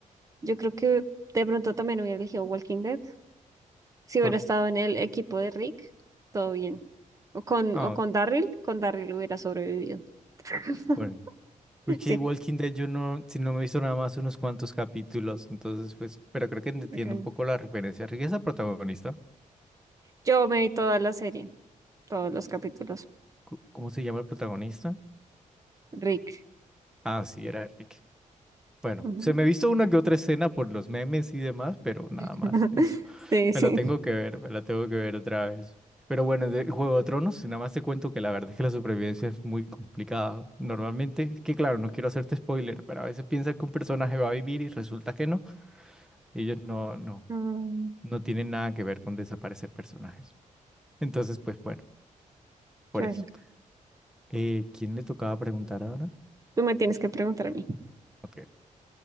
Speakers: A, on the right; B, in the centre.
A: yo creo que de pronto también hubiera elegido Walking Dead. Si hubiera
B: Por,
A: estado en el equipo de Rick, todo bien. O con,
B: ah,
A: o
B: ok,
A: con Daryl, con Daryl hubiera sobrevivido. <laughs>
B: bueno. Wiki
A: Sí.
B: Walking Dead yo no, si no me he visto nada más unos cuantos capítulos, entonces pues, pero creo que entiendo
A: ok.
B: un poco la referencia. Rick es el protagonista.
A: Yo me vi toda la serie, todos los capítulos.
B: Cu- ¿Cómo se llama el protagonista?
A: Rick.
B: Ah, sí, era Rick. Bueno,
A: Ujú.
B: se me ha visto una que otra escena por los memes y demás, pero nada
A: <laughs>
B: más eso.
A: Sí,
B: Me
A: sí.
B: la tengo que ver, me la tengo que ver otra vez. Pero bueno, de Juego de Tronos, si nada más te cuento que la verdad es que la supervivencia es muy complicada. Normalmente, es que claro, no quiero hacerte spoiler, pero a veces piensas que un personaje va a vivir y resulta que no. Ellos no, no,
A: Mm,
B: no tienen nada que ver con desaparecer personajes. Entonces, pues bueno, por
A: claro.
B: eso. Eh, ¿quién le tocaba preguntar ahora?
A: Tú me tienes que preguntar a mí.
B: Ok,